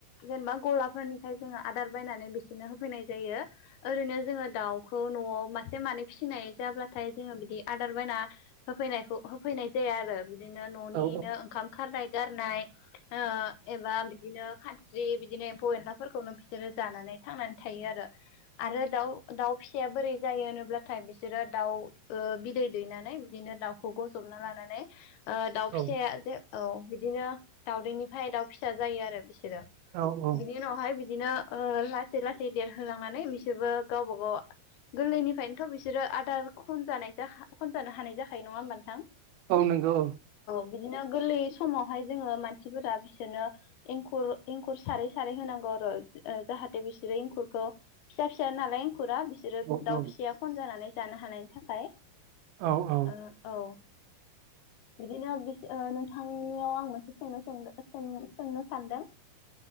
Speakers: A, on the left (about 85°); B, on the right (about 80°).
A: जेनेबा गलाफोरनिफ्राय जोङो आदार बायनानै बिसोरनो होफैनाय जायो ओरैनो जोङो दाउ खौ न'आव मासे मानै फिसिनाय जाब्लाथाय जोङो बिदि आदार बायना होफैनायखौ होफैनाय जाया आरो। बिदिनो न'निनो
B: औ
A: ओंखाम खारनाय गारनाय ओ एबा बिदिनो खानस्रि बिदिनो एम्फौ एनलाफोरखौनो बिसोरो जानानै थांनानै थायो आरो आरो दाउ दाउ फिसाया बोरै जायो होनोब्लाथाय बिसोरो दाउ ओ बिदै दैनानै बिदिनो दाउखौ गजबना लानानै ओ दाउ
B: औ
A: फिसाया जे औ बिदिनो दाउदैनिफ्राय दाउ फिसा जायो आरो बिस बिसोरो
B: औ औ
A: बिनि उनावहाय बिदिनो ओ लासै लासै देरहोलांनानै बिसोरबो गावबा गाव गोरलैनिफ्रायनोथ' बिसोरो आदार खनजानाय खनजानो हानाय जाखायो नङा होमबा नोंथां
B: औ नंगौ औ
A: बिदिनो गोरलै समावहाय जोङो मानसिफोरा बिसोरनो एंखुर एंखुर सारै सारै होनांगौ आरो जाहाथे बिसोरो एंखुरखौ फिसा फिसा नालाय एंखुरा बिरो
B: औ
A: दाउ
B: औ
A: फिसिया खन जानानै जानो हानायनि थाखाय
B: औ औ
A: ओ औ बिदिनो नोंथांनियाव आं मोनसे सोंनो सोंदों सोंनो सानदों